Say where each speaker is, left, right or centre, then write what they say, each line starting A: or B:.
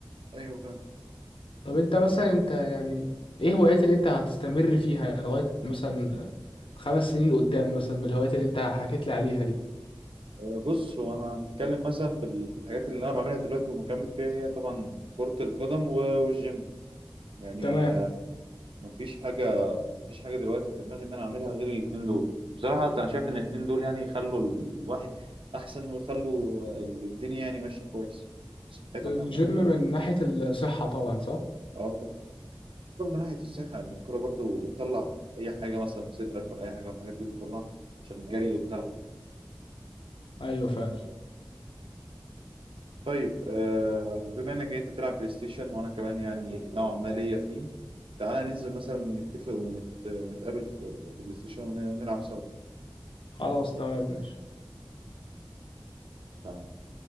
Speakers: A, on the right; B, on the left.
A: ايوه فاهم
B: طب انت مثلا انت يعني ايه هوايات اللي انت هتستمر فيها لغاية مثلا خمس سنين قدام مثلا بالهوايات اللي انت حكيت لي عليها دي
A: أه، بص هو أنا هنتكلم مثلا في ال- في الحاجات اللي انا بعملها دلوقتي ومكمل فيها هي طبعا كرة القدم و- والجيم يعني
B: تمام
A: مفيش حاجة مفيش حاجة دلوقتي في دماغي إن أنا أعملها غير الاتنين دول بصراحة أنا شايف إن الاتنين دول يعني يخلوا الواحد أحسن ويخلوا ال- الدنيا يعني ماشية كويس صحتك
B: الجيم
A: عامة
B: من ناحية الصحة طبعا صح
A: أه طبعا برضه من ناحية الصحة إن الكورة برضه بتطلع أي حاجة مثلا في صدرك ولا أي حاجة من الحاجات دي بتطلعها عشان الجري والتعب
B: ايوه فعلا
A: طيب آه بما إنك أنت بتلعب بلاي ستيشن وأنا كمان يعني نوعا ما ليا فيه تعالى ننزل مثلا نتفق ونت... ونتقابل في في بلاي ستيشن ونلعب سوا
B: خلاص تمام ماشي
A: تمام.